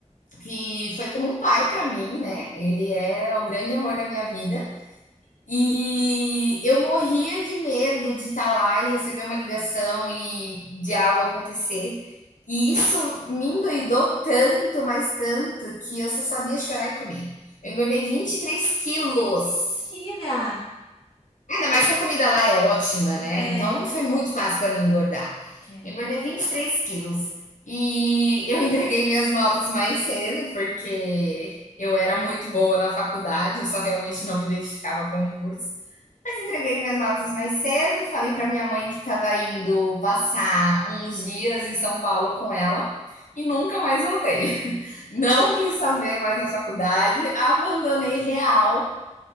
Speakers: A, on the left; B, on the left.
A: que foi como um pai para mim, né? Ele é o grande amor da minha vida. E eu morria de medo de estar lá e receber uma ligação e de algo acontecer. E isso me endoidou tanto, mas tanto, que eu só sabia chorar e comer. Eu engordei 23 quilos.
B: Mentira!
A: Ainda mais que a comida lá é ótima, né?
B: É,
A: Então não foi muito fácil para mim engordar.
B: é.
A: Eu engordei 23 quilos. E eu <laughs> entreguei minhas notas mais cedo, porque eu era muito boa na faculdade, eu só realmente não me identificava com o curso. Mas entreguei minhas notas mais cedo, falei para minha mãe que estava indo passar uns dias em São Paulo com ela e nunca mais voltei. <laughs> Não quis saber mais da faculdade, abandonei real